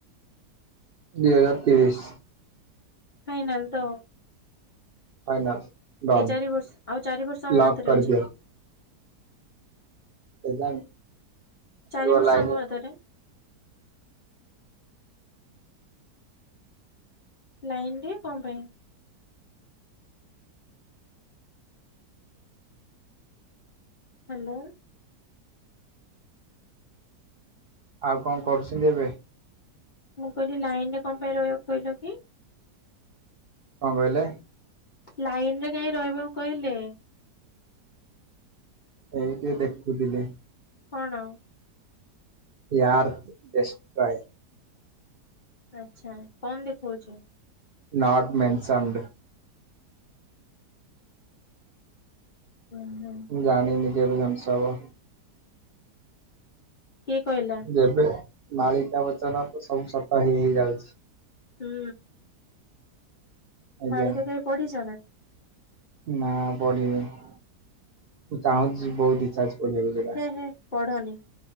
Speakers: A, on the right (about 75°); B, on the left (about 60°).
A: ଦି ହଜାର ତିରିଶ।
B: ଫାଇନାଲ ତ?
A: ଫାଇନାଲ। ଡନ୍
B: ଏଇ ଚାରି ବର୍ଷ ଆଉ ଚାରି ବର୍ଷ ଆମ
A: ଲକ୍
B: ହାତରେ
A: କରିଦିଅ
B: ଅଛି?
A: କେଜାଣି।
B: ଚାରି
A: ରୁହ
B: ବର୍ଷ
A: ଲାଇନରେ
B: ଆମ ହାତରେ? ଲାଇନରେ କଣ ପାଇଁ? ହ୍ୟାଲୋ।
A: ଆଉ କଣ କରୁଛନ୍ତି ଏବେ?
B: ମୁଁ କହିଲି ଲାଇନ ରେ କଣ ପାଇଁ ରହିଆକୁ କହିଲ କି?
A: କଣ କହିଲେ?
B: ଲାଇନ ରେ କାଇଁ ରହିବାକୁ କହିଲେ?
A: ଏଇ <unintelligible> ଦେଖୁଥିଲି।
B: କଣ?
A: ୟାର୍ <unintelligible>
B: ଆଚ୍ଛା। କଣ ଦେଖଉଚି?
A: ନଟ୍ ମେନସନ୍ ଦେ
B: ହୁଁ ହୁଁ।
A: ମୁଁ ଜାଣିନି କେବେ ଧ୍ୱଂସ ହବ।
B: କିଏ କହିଲା?
A: ଏବେ ମାଳିକା ବଚନ ତ ସବୁ ସତ ହେଇ ହେଇ ଯାଉଛି।
B: ହୁଁ।
A: ଆଜ୍ଞା
B: ମାଳିକା କେବେ ପଢିଛ ନା?
A: ନା ପଢିନି। ମୁଁ ଚାହୁଁଛି ବହୁତ ଇଚ୍ଛା ଅଛି ପଢିବାକୁ ଯେ
B: ହେ ହେ ପଢନି